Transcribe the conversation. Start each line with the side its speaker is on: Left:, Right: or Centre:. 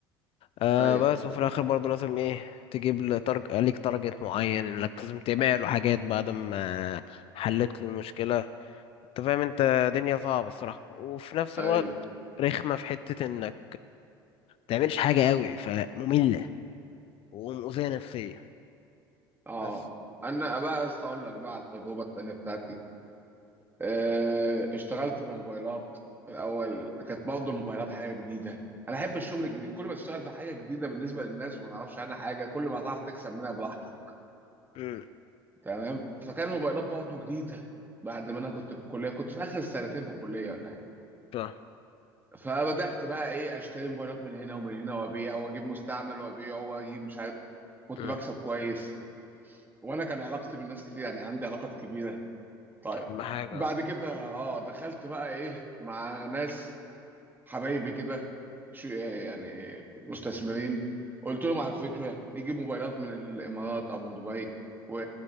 Left: آه
Right: ايوه
Left: بس وفي الاخر برضه لازم ايه تجيب له تارج... ليك تارجت معين انك لازم تبيع له حاجات بعد ما حلت له المشكلة انت فاهم انت دنيا صعبة الصراحة وفي نفس
Right: ايوه
Left: الوقت رخمة في حتة انك متعملش حاجة قوي فمملة ومؤذية نفسيا
Right: اه
Left: بس
Right: انا بقى عايز اقول لك بقى على التجربه التانيه بتاعتي آه، اشتغلت في الموبايلات في الاول كانت برضه الموبايلات حاجه جديده انا احب الشغل الجديد كل ما تشتغل في حاجه جديده بالنسبه للناس وما تعرفش عنها حاجه كل ما هتعرف تكسب منها براحتك
Left: امم
Right: تمام فكان الموبايلات برضه جديده بعد ما انا كنت في الكليه كنت في اخر سنتين في الكليه ولا حاجه
Left: فاهم
Right: فبدات بقى ايه اشتري موبايلات من هنا ومن هنا وابيع واجيب مستعمل وابيع واجيب مش عارف كنت
Left: امم
Right: بكسب كويس وانا كان علاقتي بالناس كتير يعني عندي علاقات كبيره طيب
Left: دي أهم حاجة
Right: بعد كده اه دخلت بقى ايه مع ناس حبايبي كده شو يعني مستثمرين قلت لهم على الفكره نجيب موبايلات من الامارات او من دبي و...